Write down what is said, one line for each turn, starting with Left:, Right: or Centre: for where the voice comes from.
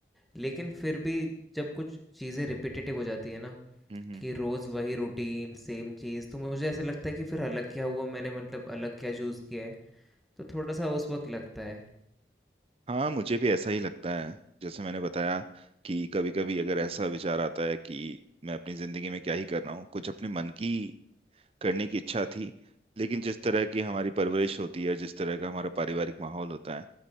Centre: लेकिन फिर भी जब कुछ चीज़ें रिपिटेटिव हो जाती है ना,
Right: हम्म,
Centre: कि रोज़ वही रूटीन, सेम चीज़, तो मुझे ऐसा लगता है कि फिर अलग क्या हुआ मैंने मतलब अलग क्या चूज़ किया है। तो थोड़ा-सा उस वक़्त लगता है।
Right: हाँ मुझे भी ऐसा ही लगता है जैसे मैंने बताया कि कभी कभी अगर ऐसा विचार आता है कि मैं अपनी जिंदगी में क्या ही कर रहा हूँ कुछ अपने मन की करने की इच्छा थी लेकिन जिस तरह की हमारी परवरिश होती है जिस तरह का हमारा पारिवारिक माहौल होता है